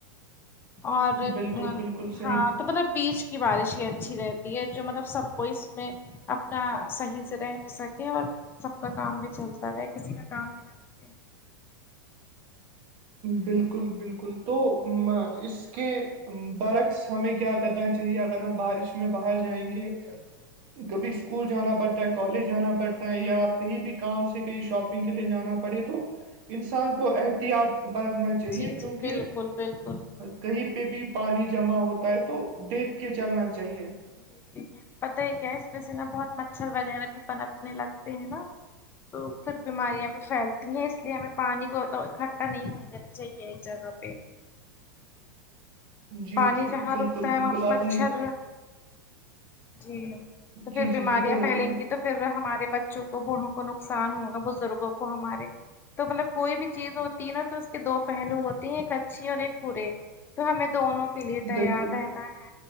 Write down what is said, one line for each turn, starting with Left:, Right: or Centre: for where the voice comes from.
Left: اور
Right: بالکل بالکل صحیح
Left: ہاں تو مطلب بیچ کی بارش ہی اچھی رہتی ہے جو مطلب سب وہس میں اپنا صحیح سے رہ بھی سکے اور سب کا کام بھی چلتا رہے کسی کا کام بھی نہ رکے
Right: بالکل بالکل تو میں اس اس کے برعکس ہمیں کیا کرنا چاہیے اگر ہم بارش میں باہر جائیں گے کبھی اسکول جانا پڑتا ہے کالج جانا پڑتا ہے یا کہیں بھی کام سے کہیں شاپ کے لیے جانا پڑے تو انسان کو احتیاط پررکھنا چاہیے
Left: جی
Right: کیونکہ
Left: جی بالکل بالکل
Right: کہیں پہ بھی پانی جمع ہوتا ہے تو دیکھ کے چلنا چاہیے
Left: جی پتہ ہے کیا ہے اس میں سے نا بہت مچھر وغیرہ بھی پنپنے لگتے ہیں نا تو پھر بیماریاں بھی پھیلتی تی اس لیے ہمیں پانی کو تو اکٹھا نہیں ہو دینا چاہیے اس جگہ پہ
Right: جی
Left: پانی
Right: جی
Left: جہاں
Right: بالکل
Left: روکتا ہے
Right: بالکل
Left: وہاں
Right: آپ
Left: مچھر
Right: نے
Left: جی تو پھر
Right: جی جی
Left: بیماریاں
Right: جی بولے
Left: پھیلیں
Right: بولے
Left: گی تو پھر ہمارے بچوں کو بوڑھوں کو نقصان ہوگا بزرگوں کو ہمارے تو مطلب کوئی بھی چیز ہوتی ہے نا تو اس کے دو پہلو ہوتے ہیں ایک اچھی اور ایک برے تو ہمیں دونوں کے لیے
Right: بالکل
Left: تیار رہنا ہے